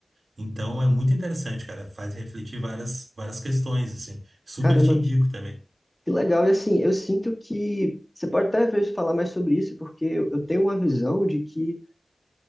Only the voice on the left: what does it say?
caramba,
Que legal, e assim, eu sinto que você pode até às vezes falar mais sobre isso, porque eu tenho uma visão de que